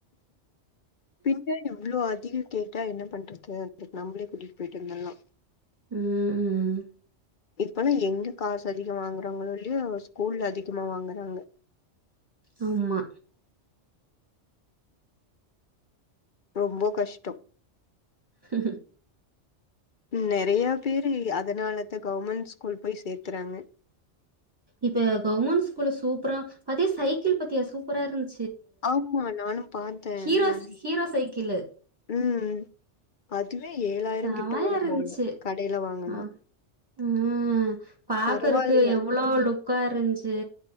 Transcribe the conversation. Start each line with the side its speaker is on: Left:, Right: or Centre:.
Left: பின்ன எவ்ளோ அதி கேட்டா என்ன பண்றது அதுக்கு நம்ளே கூட்டிகிட்டு போயிட்டு வந்தர்லா
Right: ம்.
Left: இப்பல்லா எங்க காசு அதிகோ வாங்குறாங்களோ இல்லையோ ஸ்கூல்ல அதிகமா வாங்குறாங்க
Right: ஆமா
Left: ரொம்ப கஷ்டோ
Right: ஹ
Left: நெறையா பேரு அதனாலத கவுமண்ட் ஸ்கூல் போய் சேத்தறாங்க
Right: இப்ப கவுமெண்ட் ஸ்கூல்ல சூப்பரா அதே சைக்கிள் பத்தியா சூப்பராருந்
Left: ஆமா நானு பாத்தே
Right: ஹீரோஸ்
Left: ந
Right: ஹீரோ சைக்கிளு
Left: ம் அதுவே ஏழாயிரங்கிட்ட
Right: செமையா
Left: வரும்போல
Right: இருந்துச்சு.
Left: கடைல வாங்குனா
Right: ஆ. ம் பாக்குறக்கு
Left: பரவால்ல
Right: எவ்ளோ லுக்காருன்ச்சு